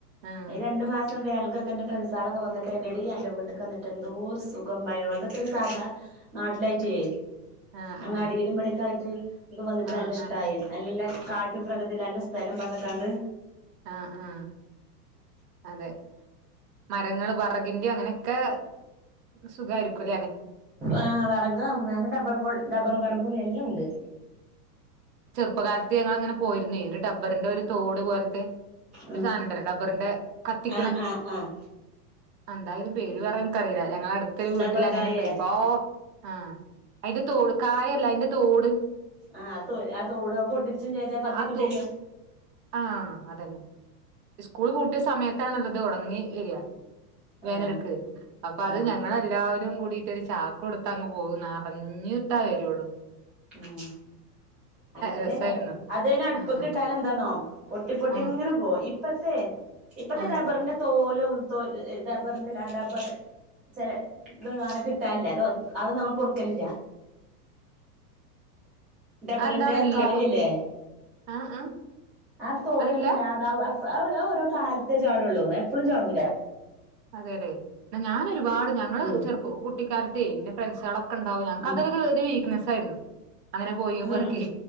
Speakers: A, on the right; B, in the centre.
A: ആഹ്
B: ഈ രണ്ടു മാസം വേനലൽക്കൊക്കെ എന്റെ ഫ്രണ്ട്സ് ആളൊക്കെ വന്നിട്ട് എന്റെടീ എന്റെ വീട് ട്ടിക്ക് വന്നിട്ട് എന്തോരു സുഖം സാധാ നാട്ടിലായിട്ടേ
A: ആഹ്
B: അങ്ങ്
A: ആഹ്
B: അടീലും ഇപടെക്കെ ആയിട്ട് <unintelligible> വന്നിട്ട്
A: ആഹ് ആഹ്
B: നല്ല ഇഷ്ടായി
A: ആഹ്
B: നല്ല കാറ്റും പ്രകൃതിയിലല്ലസ് സ്ഥലം പറഞ്ഞക്കാണ്ട്
A: ആഹ് ആഹ് അതെ മരങ്ങൾ വറകിന്റെ അങ്ങനെക്കെ സുഖാരിക്കും
B: ആ വിറകും ഡബറും ഡബ്ബറും വറകും എല്ലോം ഇണ്ട്
A: <unintelligible> ഞങ്ങൾ അങ്ങനെ പോയിരുന്നേ ഒരു ടബറിന്റെ ഒരു തോട് പോലത്തെ
B: ഉം
A: ഒരു സാധനുണ്ടല്ലേ ടബ്ബറിന്റെ കത്തിക്കണേ
B: ആഹ് ആഹ് ആഹ് ആഹ് ആഹ്
A: എന്തായ ഇത് പേര് പറയൻക്കറിയില്ല ഞങ്ങള അടുത്തൊരു വീട്ടില്
B: ഡബറും
A: അങ്ങനെരു
B: കായേ
A: ഒരുപാ ആഹ് അയ്ന്റെ തോട് കായല്ല അയ്ന്റെ തോട്
B: ആഹ്, ആ തോട് ആ തോട പൊട്ടിച്ചും ചെയ്താ കത്തിക്കും
A: ആ തോ
B: ചെയ്യാ
A: ആഹ് അതന്നെ സ്കൂൾ പൂട്ടിയ സമയത്താണത് ഉണങ്ങി വെരാ വേനൽക്ക്
B: ആഹ്
A: അപ്പൊ അത്
B: ആഹ്
A: ഞങ്ങള എല്ലാവരും <unintelligible> കൂടിയിട്ടൊരു ചാക്ക് കൊടുത്തു അങ്ങ് പോകും നെറഞ്ഞിട്ടേ വരൊള്ളൂ
B: ഉം അങ്ങനെ തന്നെ
A: രസായിരുന്നു
B: എല്ലാരും അതന്നെ അടുപ്പ്ക്കിട്ടാല്
A: ആഹ്
B: എന്താന്നോ പൊട്ടി പൊ
A: ആഹ്
B: ഇങ്ങനെ പോ ഇപ്പ <unintelligible> ഇപ്പത്തെ
A: ആഹ്
B: ഡബറിന്റെ തോൽ <unintelligible> ഡബ്ബറി ഡബ്ബർ ചെലേ ഇത് അങ്ങനെ കിട്ടാല്ല അ അത് നമ്മൾ പൊർക്കലില്ല ഡബ്ബറിന്റെ
A: അതെന്താണ് ഇല്ലേ
B: കായല്ലേ
A: ഇപ്പൊ ആഹ് ആഹ്
B: ആ തോല്
A: അതില്ല
B: <unintelligible> അത് അത് ഓരോ കാലത്തെ ചാടുള്ളൂ എപ്പളും ചാടൂല
A: അതെ ലേ ന്നാ ഞാനൊരു ഒരുപാട് ഞങ്ങള്
B: ഉം
A: ചെറു <unintelligible> ക്കാലത്തേ എന്റെ ഫ്രണ്ട്സള ഉണ്ടാവങ്ങൾക്ക്തൊരു
B: ഉം
A: നസ ആയിരുന്നു അങ്ങനെ പോയിപ്പോർക്ക്
B: ഉം